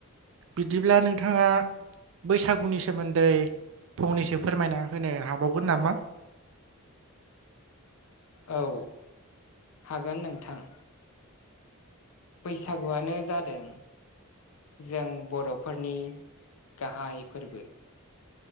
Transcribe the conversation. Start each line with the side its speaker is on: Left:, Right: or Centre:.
Right: बिदिब्ला नोंथाङा बैसागुनि सोमोन्दै फंनैसो फोरमायना होनो हाबावगोन नामा
Left: औ हागोन नोंथां बैसागुआनो जादों जों बर'फोरनि गाहाय फोरबो